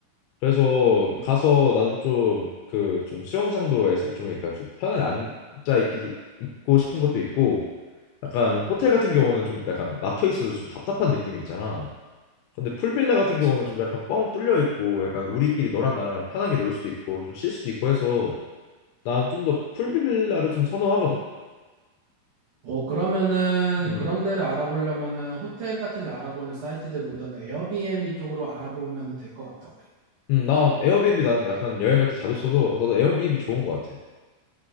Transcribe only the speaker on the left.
그래서
가서 나는 좀 그 좀 수영장도에서 좀 그러니까 좀 편안히 앉아 있기도 있고 싶은 것도 있고 약간 호텔 같은 경우는 좀 약간 막혀 있어도 좀 답답한 느낌이 있잖아. 근데 풀빌라 같은
경우는 좀 약간 뻥 뚫려 있고 약간 우리끼리 너랑 나랑 그냥 편하게 놀 수도 있고 좀 쉴 수도 있고 해서 난 좀 더 풀빌라를 좀 선호하거든.
음.
음, 나 에어비앤비 나는 약간 여행 갈 때 자주 써서 어, 나도 에어비앤비 좋은 것 같아.